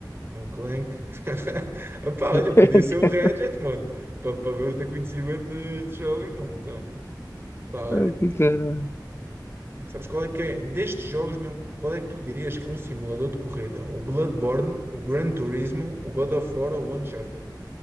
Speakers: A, on the right; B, on the left.
A: É um Clank. <laughs> Pá, olha,
B: <laughs>
A: podia ser o Ratchet, mano, para ver o teu conhecimento de de jogos, mano. Então, pá, olha.
B: O que que era?
A: Sabes qual é que é? Destes jogos, meu, qual é que tu dirias que é um simulador de corrida? O Bloodborne, o Gran Turismo, o God of War ou o Uncharted?